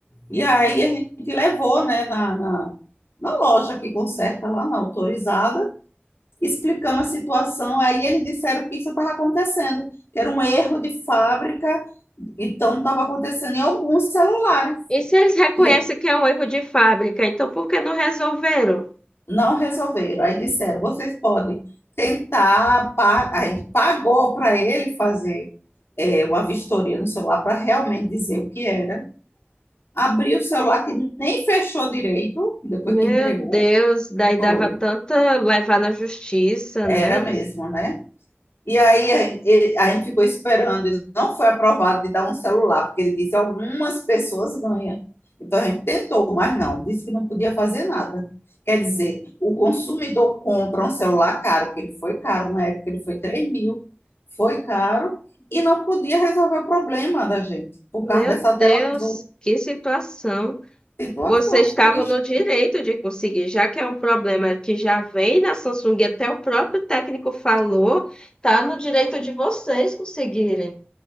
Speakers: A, on the left (about 80°); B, on the left (about 20°).
A: E aí a gente levou, né, na, na, na loja que conserta lá, na autorizada, explicando a situação. Aí eles disseram que isso estava acontecendo, que era um erro de fábrica, então estava acontecendo em alguns celulares.
B: E se eles reconhecem
A: E
B: que é um erro de fábrica, então por que não resolveram?
A: não resolveram. Aí disseram: vocês podem tentar. pa- Aí pagou para ele fazer é, uma vistoria no celular para realmente dizer o que era. Abriu o celular que nem fechou direito, depois
B: Meu
A: que entregou.
B: Deus, daí
A: Foi.
B: dava tanta levar na justiça,
A: Era
B: né? Isso-
A: mesmo, né? E aí a gente ficou esperando, e não foi aprovado de dar um celular, porque ele disse algumas pessoas ganham. Então a gente tentou, mas não, disse que não podia fazer nada. Quer dizer, o consumidor compra um celular caro, porque ele foi caro na época, ele foi 3 mil, foi caro, e não podia resolver o problema da gente, por
B: Meu
A: causa dessa
B: Deus,
A: tela azul.
B: que situação.
A: Situação
B: Vocês estavam
A: triste.
B: no direito de conseguir, já que é um problema que já vem na Samsung, e até o próprio técnico falou, tá no direito de vocês conseguirem.